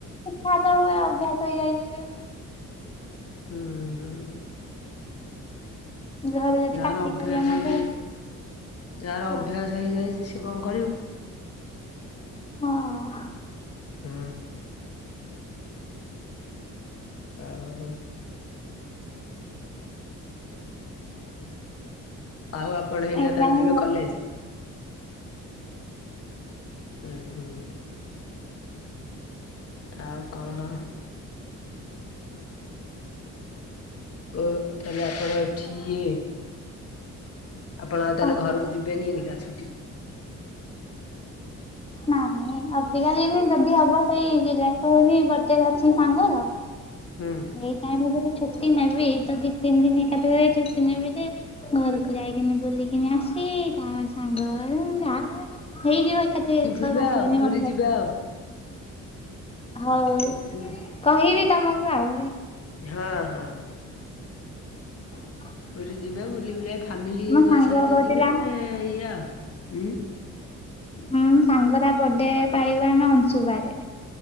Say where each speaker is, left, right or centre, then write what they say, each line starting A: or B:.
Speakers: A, on the left; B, on the left.
A: ଶିକ୍ଷା ତ ହୁଏ ଅଭ୍ୟାସ ହେଇଯାଇଛି ଯେ।
B: ଉଁ ହୁଁ।
A: ଘରେ ଯଦି
B: ଯାହାର
A: ପାଟି
B: ଅଭ୍ୟାସ
A: କରିବେ ମତେ
B: ହେଇ ଯାଇଚି
A: କୁହ
B: ଅଭ୍ୟାସ ହେଇଯାଇଛି ସିଏ କଣ କରିବ।
A: ହଁ।
B: ହୁଁ। ଆଉ ଆଉ ଆପଣ ଏଇନା
A: ଏଇଲାହିଁ
B: ତାହେଲେ ଯିବେ
A: ହଁ
B: କଲେଜ୍? ଉ ହୁଁ। ଆଉ କଅଣ। କୋଉ ଠି ଆପଣ ଠିଏ ଆପଣ ଆଉ
A: କଣ
B: ତାହେଲେ ଘରକୁ
A: କହିଲ
B: ଯିବେନି ଏନିକା ଛୁଟି <inaudible>
A: ନାଇଁ ଅବିକା ଯିନି ଯଦି ହବ ସେଇ ଜୁଲାଇ କହୁନି ବର୍ଥଡେ ଅଛି ସାଙ୍ଗର।
B: ହୁଁ।
A: ସେଇ ଟାଇମ ଯଦି ଛୁଟି ନେବି ତ ଦି ତିନି ଦିନି ଏକାଥରେ ଛୁଟି ନେବି ଯେ ଘରକୁ ଯାଇକିନି ବୁଲିକିନି ଆସିଇ ତା ସାଙ୍ଗ <unintelligible> ହେଇଯିବ ଏକାଥଏ
B: ହୁଁ
A: ଛଅ
B: ଯିବା
A: ସାତ
B: ଆଉ
A: ଦିନ
B: ପୁରୀ
A: ମତେ
B: ଯିବା
A: ଲାଗ୍
B: ଆଉ
A: ହଉ।
B: ଉଁ।
A: କହିବି ତମକୁ ଆଉ।
B: ହଁ ହଁ।
A: ହଁ
B: ପୁରୀ ଯିବା ବୁଲି ବୁଲା ଫାମିଲିଙ୍କ
A: ମୋ ସାଙ୍ଗ
B: ସହିତ
A: କହୁଥିଲା
B: ଯିବେ ଏଇଆ ଆଉ ଉଁ
A: ହୁଁ ସାଙ୍ଗର ବର୍ଥଡେ ପାଳିବ ଆମେ ଅଂଶୁବାରେ।